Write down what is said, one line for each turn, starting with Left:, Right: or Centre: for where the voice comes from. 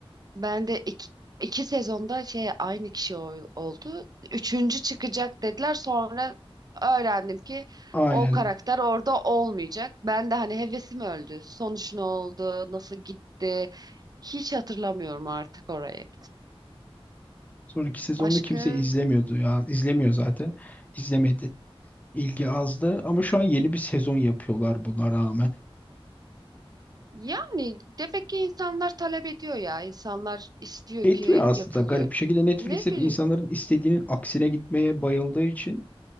Right: Ben de iki, iki sezonda şey aynı kişi ol- oldu. Üçüncü çıkacak dediler. Sonra öğrendim ki
Left: Aynen.
Right: o karakter orada olmayacak. Ben de hani hevesim öldü. Sonuç ne oldu? Nasıl gitti? Hiç hatırlamıyorum artık orayı.
Left: Sonraki sezonu
Right: Başka
Left: kimse izlemiyordu ya. İzlemiyor zaten. İzlemedi. İlgi azdı ama şu an yeni bir sezon yapıyorlar buna rağmen.
Right: yani demek ki insanlar talep ediyor ya. İnsanlar istiyor
Left: Etmiyor
Right: ki
Left: aslında
Right: yapılıyor.
Left: garip bir şekilde Netflix
Right: Ne
Left: hep
Right: bileyim
Left: insanların istediğinin aksine gitmeye bayıldığı için